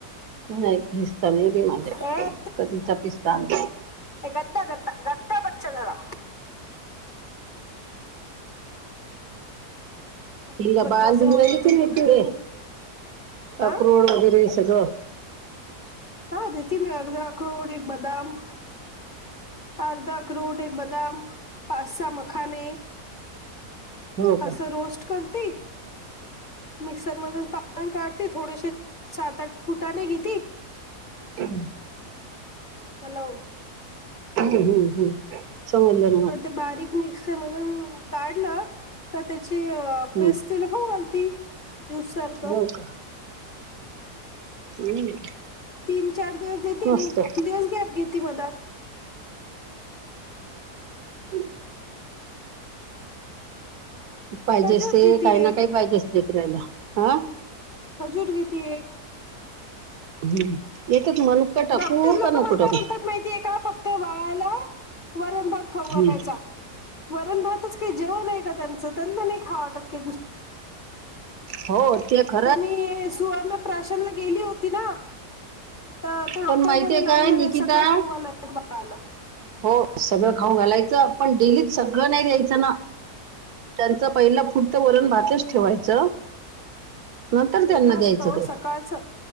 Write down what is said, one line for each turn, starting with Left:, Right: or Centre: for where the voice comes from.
Right: नाही पिस्ता नाही बाई माझ्याकडे,
Left: ए
Right: कधीचा पिस्ता आणला नाही.
Left: ते गद्धदा गद्दा गद्दा बच्चा झाला किती
Right: इला
Left: बदमाश
Right: बाळाला दिवू
Left: आहे मला
Right: राहिली
Left: म्हणते
Right: की नाही,
Left: दूध
Right: तू रे
Left: दे हा
Right: अक्रोड वगैरे सगळ
Left: हा देती मी अर्धा अखरोड, एक बदाम अर्धा अक्रोड, एक बदाम, पाच-सहा मखाने
Right: हो का
Left: असं रोस्ट करते. मिक्सर मधून पान काढते, थोडेसे सात आठ फुटाने घेती
Right: हुं.
Left: हॅलो.
Right: हू हू हू. हम् समजल.
Left: ते बारीक मिक्सर मधून काढलं का त्याची
Right: हम्म.
Left: पेस्ट तिला खावू घालती. ज्युस सारख
Right: हो का हम्म.
Left: तीन चार दिवस देते
Right: मस्त
Left: मग, पण तीन दिवस घेते आता <unintelligible>
Right: हुं. पाहिजे
Left: खजूर
Right: असतय,
Left: घेते
Right: काही ना
Left: एक
Right: काही पाहिजे असतय करायला हा.
Left: खजूर घेतीये एक
Right: हम्म एकच मनुका. टाकू
Left: डॉकटर लोक,
Right: का नको
Left: मला काय
Right: टाकू
Left: म्हणतात माहितीय का? फक्त वाळाला वरण भात खाऊ घालायचा.
Right: हम्म.
Left: वरण भातच का जेव आहे का त्यांचं, त्यांना नाही हा वाटत.
Right: हो ते खर.
Left: तर मी सुवर्ण प्राशनला गेली होती ना. तर ते डॉक्टर
Right: पण माहितीय
Left: म्हणे नाही
Right: काय
Left: म्हणे,
Right: निकिता
Left: सगळं खाऊ घालायच बाळाला बघाला
Right: हो सगळं खाऊ घालायचं, पण डेलीत सगळं नाही द्यायचं ना. त्यांचं पहिलं वरण भातच ठेवायचं. नंतर
Left: येत
Right: त्यांना
Left: तर
Right: द्यायचं
Left: असत.
Right: काय
Left: सकाळच